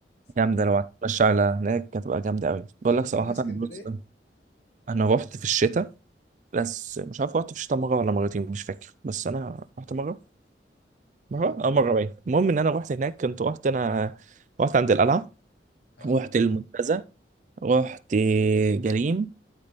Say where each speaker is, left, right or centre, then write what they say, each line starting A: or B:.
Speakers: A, on the left; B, on the right.
A: اسكندرية
B: جامده لو هتمشي على هناك هتبقى جامده قوي بقول
A: طب
B: لك
A: بتروح
B: صراحه
A: اسكندرية؟
B: بص انا رحت في الشتاء بس مش عارف رحت في شتاء مره ولا مرتين مش فاكر بس انا رحت مره
A: امم
B: مره اه مره باين المهم ان انا رحت هناك كنت رحت انا رحت عند القلعه
A: اه
B: رحت المنتزه رحت جليم